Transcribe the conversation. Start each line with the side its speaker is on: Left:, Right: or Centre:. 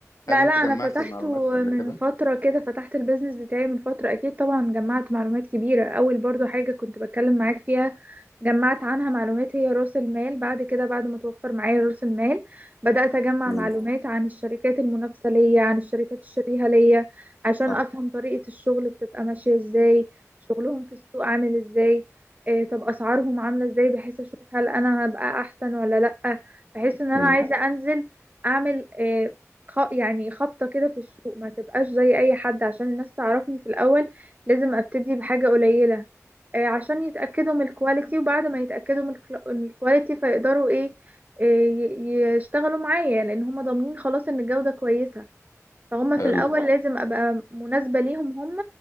Right: لا
Left: هل انت
Right: لا انا
Left: جمعت
Right: فتحته
Left: معلومات قبل
Right: من
Left: كده؟
Right: فتره كده فتحت البيزنس بتاعي من فتره اكيد طبعا جمعت معلومات كبيره اول برضو حاجه كنت بتكلم معاك فيها جمعت عنها معلومات هي راس المال بعد كده بعد ما توفر معايا راس المال بدات اجمع
Left: امم
Right: معلومات عن الشركات المنافسه ليا عن الشركات الشبيهه ليا عشان
Left: صح
Right: افهم طريقه الشغل بتبقى ماشيه ازاي شغلهم في السوق عامل ازاي إيه طب اسعارهم عامله ازاي بحيث اشوف هل انا هبقى احسن ولا لا بحيث ان انا
Left: امم
Right: عايزه انزل اعمل آه، خ... يعني خبطة كده في السوق ما تبقاش زي أي حد عشان الناس تعرفني في الأول لازم أبتدي بحاجة قليلة آه، عشان يتأكدوا من الكواليتي وبعد ما يتأكدوا من الكلا- من الكواليتي فيقدروا إيه آه، ي- يشتغلوا معايا لأن هم ضامنين خلاص إن الجودة كويسة فهم
Left: حلو
Right: في الأول لازم أبقى مناسبة ليهم هم